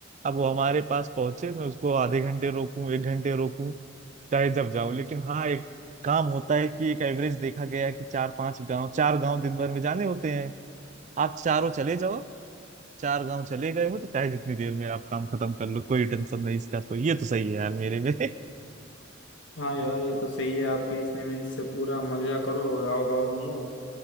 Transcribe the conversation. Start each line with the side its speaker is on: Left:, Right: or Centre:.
Right: अब वो हमारे पास पहुंचे मैं उसको आधे घंटे रोकूं एक घंटे रोकूं चाहे जब जाऊं लेकिन हाँ एक काम होता है कि एक एवरेज देखा गया है कि चार पांच गांव चार गांव दिन भर में जाने होते हैं आप चारों चले जाओ चार गांव चले गए हो तो चाहे जितनी देर में आप काम खत्म कर लो कोई टेंशन नहीं इसका तो ये तो सही है यार मेरे में <laughs>
Left: हाँ यार ये तो सही है आपकी इसने मीन्स से पूरा मजा करो गाँव गाँव घूमो